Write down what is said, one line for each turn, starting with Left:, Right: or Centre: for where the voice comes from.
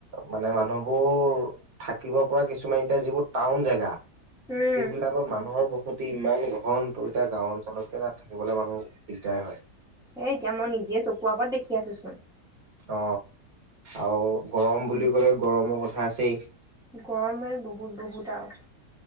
Right: মানে মানুহবোৰ থাকিব পৰা কিছুমান এতিয়া যিবোৰ টাউন জেগা। সেই
Centre: উম
Right: বিলাকত মানুহৰ বহুত। প্ৰতি ইমান ঘনটো এতিয়া গাঁও অঞ্চলতকে তাত থাকিবলৈ মানুহ দিগদাৰ হয়।
Centre: হেই এতিয়া মই নিজে চকু আগত দেখি আছো চোন।
Right: অ। আৰু গৰম বুলি ক'লে। গৰমৰ কথা আছেই।
Centre: গৰমে বহুত বহুত আৰু।